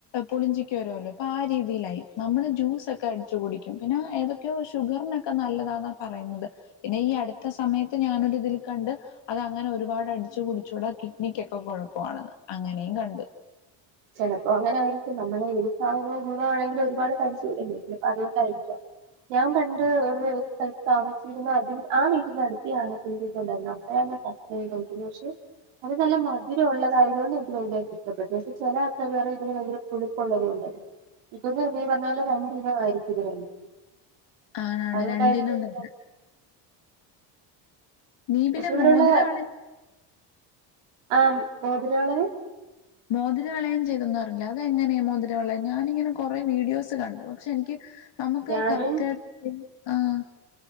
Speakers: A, on the left (about 60°); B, on the right (about 80°).
A: പുളിഞ്ചിക്ക വരുല്ലോ അപ്പൊ ആ രീതിയിലായി നമ്മള് ജ്യൂസൊക്കെ അടിച്ചു കുടിക്കും പിന്നെ ഏതൊക്കെയോ ഷുഗറിനൊക്കെ നല്ലതാന്നാ പറയുന്നത് പിന്നെ ഈ അടുത്ത സമയത്ത് ഞാന് ഒരു ഇതിൽ കണ്ട് അത് അങ്ങനെ ഒരുപാട് അടിച്ചു കുടിച്ചുകൂടെ കിഡ്നിക്കൊക്കെ കുഴപ്പ വാണെന്ന് അങ്ങനെയും കണ്ടു
B: ചിലപ്പോ അങ്ങനെ ആയിരിക്കും നമ്മള ഏത് സാധനവും ഗുണ ആണെങ്കിലും ഒരുപാട് കഴിച്ചൂടല്ലോ അതുകൊണ്ടായിരിക്കാം ഞാൻ പണ്ട് ഒരു ഒരു സ്ഥലത്ത് താമസിച്ചിരുന്നു അതി ആ വീടിന്റെ അടുത്ത് ഈ ആനപുളിഞ്ചിക്ക ഉണ്ടായിരുന്നു അപ്പഴാണ് ഫസ്റ്റ് <unintelligible> പക്ഷെ അത് നല്ല മധുരം ഉള്ളതായതുകൊണ്ട് എനിക്ക് ഭയങ്കരായി ഇഷ്ടപ്പെട്ടു പക്ഷെ ചില ആൾക്കാര് പറയും ഇതിന് ഭയങ്കര പുളിപ്പുള്ളത് കൊണ്ടല്ലേ ഇപ്പൊന്ന് നീ പറഞ്ഞ പോലെ രണ്ട് ഇന ആയിരിക്കും ഇത് രണ്ടും
A: ആണാണ്
B: അതുകൊണ്ടായിരിക്കും
A: രണ്ടിനും തന്നെ നീ
B: പക്ഷെ
A: പിന്നെ
B: ഇവിടെയുള്ള
A: മോതിരം വള
B: ആഹ് മോതിരവളയം
A: മോതിരവളയം ചെയ്തന്നറിഞ്ഞു അതെങ്ങനെ മോതിരവളയം ഞാനിങ്ങനെ കൊറെ വീഡിയോസ് കണ്ടു പക്ഷെ എനിക്ക് നമുക്ക്
B: ഞാനും
A: കറക്റ്റ് ആയിട്ട് ചെയ്യ ആഹ്